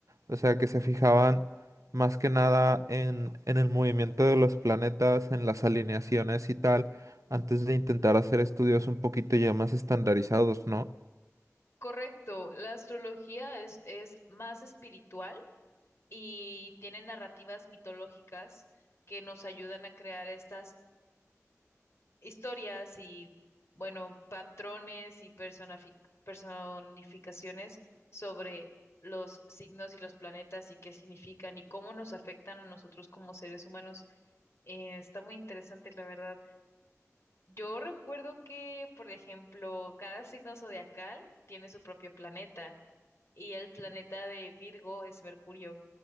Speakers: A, on the right; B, on the left.
A: O sea, que se fijaban más que nada en, en el movimiento de los planetas, en las alineaciones y tal, antes de intentar hacer estudios un poquito ya más estandarizados, ¿no?
B: Correcto, la astrología es, es más espiritual y tiene narrativas mitológicas que nos ayudan a crear estas historias y, bueno, patrones y personafi- personificaciones sobre los signos y los planetas y qué significan y cómo nos afectan a nosotros como seres humanos. Eh, está muy interesante, la verdad. Yo recuerdo que, por ejemplo, cada signo zodiacal tiene su propio planeta y el planeta de Virgo es Mercurio.